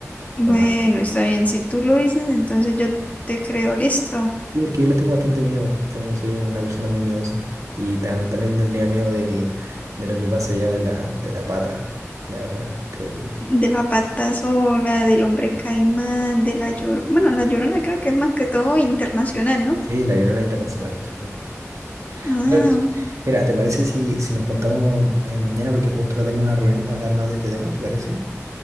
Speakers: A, on the left; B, on the right.
A: Bueno,
B: tomar la pena.
A: está bien, si tú lo dices, entonces yo te creo, listo.
B: Sí, porque yo les tengo bastante miedo. Tengo, soy una persona muy miedosa. Y tan- también tendría miedo del, de lo que pasa ya de la, de la pata, la verdad. Creo que.
A: De la pata sola, del hombre caimán, de la llorona. Bueno, la llorona creo que es más que todo internacional, ¿no?
B: Sí, la Llorona Internacional. según yo.
A: Ah,
B: Bueno, entonces, mira, ¿te parece si, si nos juntamos eh, mañana? Porque justo ahora tengo una reunión para hablar más de este tema, ¿te parece?